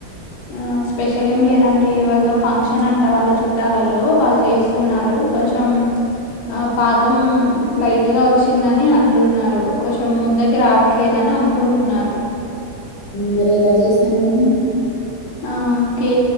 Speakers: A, on the left; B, on the left.
A: ఉ ఆ స్పెషల్ ఏం లేదండిఎవరిదో ఫంక్షన్ అంట వాళ్ళ చుట్టాలలో వాళ్ళు చేస్తున్నారు కొంచెం ఆ పాకం లైట్గా వచ్చిందని అంటున్నారు కొంచెం ముద్దగ రావట్లేదని అనుకుంటున్నారు
B: మీరు ఎలా చేశారని
A: ఆ ఓకే